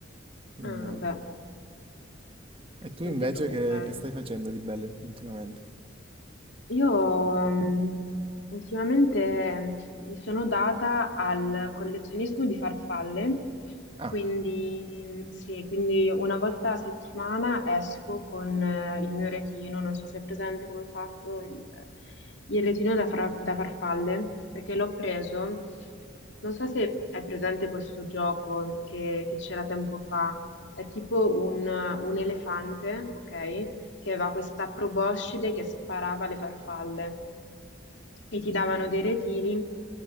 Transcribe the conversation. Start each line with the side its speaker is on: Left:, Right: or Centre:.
Right: non
Left: Ah,
Right: ho-
Left: beh,
Right: E tu
Left: non
Right: invece
Left: ti preoccupare.
Right: che, che stai facendo di bello ultimamente?
Left: Io mm, ultimamente mi sono data al collezionismo di farfalle,
Right: Ah,
Left: quindi mm, sì, quindi una volta a settimana esco con eh, il mio retino, non so se è presente come ho fatto il, il retino da, fra- da farfalle, perché l'ho preso, non so se è presente questo gioco che che c'era tempo fa, è tipo un, un elefante, ok? che aveva questa proboscide che sparava le farfalle e ti davano dei retini